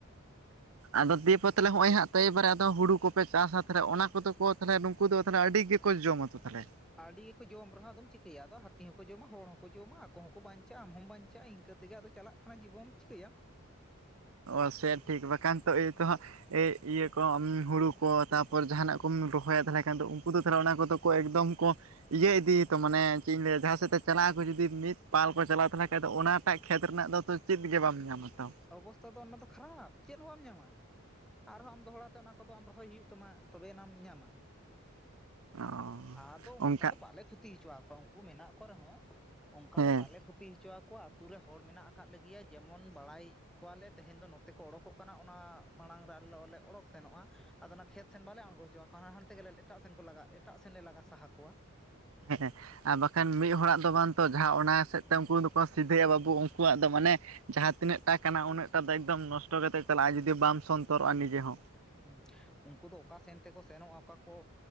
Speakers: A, on the right; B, in the centre.
A: ᱟᱫᱚ ᱫᱤᱭᱮᱯᱮ ᱛᱟᱦᱚᱞᱮ ᱱᱚᱜᱼᱚᱭ ᱦᱟᱸᱜ ᱮᱵᱟᱨᱮ ᱟᱫᱚ ᱦᱩᱲᱩ ᱠᱚᱯᱮ ᱪᱟᱥᱟ ᱛᱮ ᱚᱱᱟ ᱠᱚᱫᱚ ᱠᱚ ᱛᱟᱦᱚᱞᱮ ᱱᱩᱠᱩ ᱫᱚ ᱛᱟᱦᱮ ᱟᱹᱰᱤ ᱜᱮ ᱠᱚ ᱡᱚᱢᱟ ᱛᱚ ᱛᱟᱦᱚᱞᱮ ᱾
B: ᱟᱹᱰᱤ ᱜᱮᱠᱚ ᱡᱚᱢ ᱨᱮᱦᱚᱸ ᱟᱫᱚᱢ ᱪᱤᱠᱟᱹᱭᱟ? ᱟᱫᱚ ᱦᱟᱹᱛᱤ ᱦᱚᱸᱠᱚ ᱡᱚᱢᱟ ᱦᱚᱲ ᱦᱚᱸᱠᱚ ᱡᱚᱢᱟ ᱟᱠᱚ ᱦᱚᱸᱠᱚ ᱵᱟᱸᱧᱪᱟᱜᱼᱟ ᱟᱢ ᱦᱚᱸᱚᱢ ᱵᱟᱸᱧᱪᱟᱜᱼᱟ ᱤᱱᱠᱟᱹ ᱛᱮᱜᱮ ᱟᱫᱚ ᱪᱟᱞᱟᱜ ᱠᱟᱱᱟ ᱡᱤᱵᱚᱱ, ᱪᱤᱠᱟᱹᱭᱟᱢ?
A: ᱚᱻ ᱥᱮ ᱴᱷᱤᱠ ᱵᱟᱠᱷᱟᱱ ᱛᱚ ᱮᱭ ᱛᱚ ᱦᱟᱸᱜ ᱮ ᱤᱭᱟᱹ ᱠᱚ ᱦᱩᱲᱩ ᱠᱚ ᱛᱟᱨᱯᱚᱨ ᱡᱟᱦᱟᱸ ᱱᱟᱜ ᱠᱚᱢ ᱨᱚᱦᱚᱭᱟ ᱛᱟᱦᱚᱞᱮ ᱠᱷᱟᱱ ᱫᱚ ᱩᱱᱠᱩ ᱫᱚ ᱛᱟᱦᱚᱞᱮ ᱚᱱᱟ ᱠᱚᱫᱚ ᱠᱚ ᱮᱠᱫᱚᱢ ᱠᱚ ᱤᱭᱟᱹ ᱤᱫᱤᱭ ᱛᱚ ᱢᱟᱱᱮ ᱪᱮᱫ ᱤᱧ ᱞᱟᱹᱭᱟ ᱡᱟᱦᱟᱸ ᱥᱮᱫ ᱛᱮ ᱪᱟᱞᱟᱜ ᱟᱠᱚ ᱡᱩᱫᱤ, ᱢᱤᱫ ᱯᱟᱞ ᱠᱚ ᱪᱟᱞᱟᱜ ᱛᱟᱦᱚᱞᱮ ᱠᱷᱟᱡ ᱫᱚ ᱚᱱᱟᱴᱟᱜ ᱠᱷᱮᱛ ᱨᱮᱱᱟᱜ ᱫᱚ ᱛᱚ ᱪᱮᱫ ᱜᱮ ᱵᱟᱢ ᱧᱟᱢᱟ ᱛᱚ᱾
B: ᱚᱵᱚᱥᱛᱟ ᱫᱚ ᱚᱱᱟ ᱫᱚ ᱠᱷᱟᱨᱟᱯ ᱪᱮᱫ ᱦᱚᱸ ᱵᱟᱢ ᱧᱟᱢᱟ᱾ ᱟᱨᱦᱚᱸ ᱟᱢ ᱫᱚᱦᱲᱟ ᱛᱮ ᱚᱱᱟ ᱠᱚᱫᱚ ᱟᱢ ᱨᱚᱦᱚᱭ ᱦᱩᱭᱩᱜ ᱛᱟᱢᱟ ᱛᱚᱵᱮ ᱟᱱᱟᱢ ᱧᱟᱢᱟ᱾
A: ᱚ
B: ᱟᱫᱚ ᱚᱝᱠᱟ
A: ᱚᱱᱠᱟ
B: ᱫᱚ ᱵᱟᱞᱮ ᱠᱷᱩᱛᱤ ᱦᱚᱪᱚᱣᱟ ᱠᱚᱣᱟ ᱩᱱᱠᱩ ᱢᱮᱱᱟᱜ ᱠᱚ ᱨᱮᱦᱚᱸ ᱚᱱᱠᱟ
A: ᱦᱮᱸ
B: ᱫᱚ ᱵᱟᱞᱮ ᱠᱷᱩᱛᱤ ᱦᱚᱪᱚ ᱣᱟᱠᱚᱣᱟ᱾ᱟᱛᱳ ᱨᱮ ᱦᱚᱲ ᱢᱮᱱᱟᱜ ᱟᱠᱟᱫ ᱞᱮᱜᱮᱭᱟ ᱡᱮᱢᱚᱱ ᱵᱟᱲᱟᱭ ᱠᱚᱣᱟᱞᱮ ᱛᱮᱦᱮᱧ ᱫᱚ ᱱᱚᱛᱮ ᱠᱚ ᱚᱰᱳᱠᱚᱜ ᱠᱟᱱᱟ ᱚᱱᱟ ᱢᱟᱲᱟᱝ ᱨᱮ ᱟᱞᱮ ᱞᱮ ᱚᱲᱚᱠ ᱥᱮᱱᱚᱜ-ᱟ᱾ ᱟᱫᱚ ᱚᱱᱟ ᱠᱷᱮᱛ ᱥᱮᱱ ᱵᱟᱞᱮ ᱟᱬᱜᱚ ᱦᱚᱪᱚ ᱣᱟᱠᱚᱣᱟ ᱦᱟᱱᱛᱮ ᱜᱮᱞᱮ ᱮᱟᱴᱜ ᱥᱮᱱ ᱠᱚ ᱞᱟᱜᱟ ᱮᱴᱟᱜ ᱥᱮᱱ ᱞᱮ ᱞᱟᱜᱟ ᱥᱟᱦᱟ ᱠᱚᱣᱟ᱾
A: ᱦᱮᱸ ᱟᱨ ᱵᱟᱠᱷᱟᱱ ᱢᱤᱫ ᱦᱚᱲᱟᱜ ᱫᱚ ᱵᱟᱝᱛᱚ ᱡᱟᱦᱟᱸ ᱚᱱᱟ ᱥᱮᱫ ᱛᱮ ᱩᱱᱠᱩ ᱫᱚᱠᱚ ᱥᱤᱫᱷᱟᱹᱭᱟ ᱵᱟᱹᱵᱩ ᱩᱱᱠᱩ ᱣᱟᱜ ᱫᱚ ᱢᱟᱱᱮ ᱡᱟᱦᱟᱸ ᱛᱤᱱᱟᱹᱜ ᱴᱟ ᱠᱟᱱᱟ ᱩᱱᱟᱹᱜ ᱴᱟᱜ ᱫᱚ ᱮᱠᱫᱚᱢ ᱱᱚᱥᱴᱚ ᱠᱟᱛᱮ ᱪᱟᱞᱟᱜ-ᱟ ᱡᱩᱫᱤ ᱵᱟᱢ ᱥᱚᱱᱛᱚ ᱨᱚᱜ-ᱟ ᱱᱤᱡᱮ ᱦᱚᱸ᱾
B: ᱦᱩᱸ, ᱩᱝᱠᱩ ᱫᱚ ᱚᱠᱟ ᱥᱮᱱ ᱛᱮᱠᱚ ᱥᱮᱱᱚᱜ-ᱟ ᱚᱠᱟ ᱠᱚ